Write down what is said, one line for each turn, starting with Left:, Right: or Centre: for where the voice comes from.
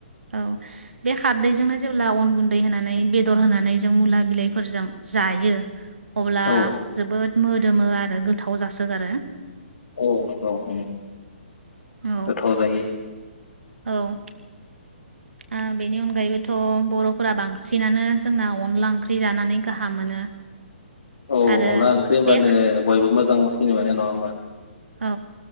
Right: औ बे खारदैजोंनो जेब्ला अन गुन दै होनानै बेदर होनानै जों मुला बिलाइफोरजों जायो अब्ला
Left: औ
Right: जोबोद मोदोमो आरो गोथाव जासोगारो
Left: औ नं औ
Right: औ
Left: गोथाव जायो
Right: औ ओ बेनि अनगायैबोथ' बर'फोरा बांसिनानो जोंना अनला ओंख्रि जानानै गाहाम मोनो
Left: औ
Right: आरो
Left: अनदला ओंख्रि होनब्लानो
Right: बे
Left: बयबो मोजां। मोजां सिनिबान नङा होमबा?
Right: औ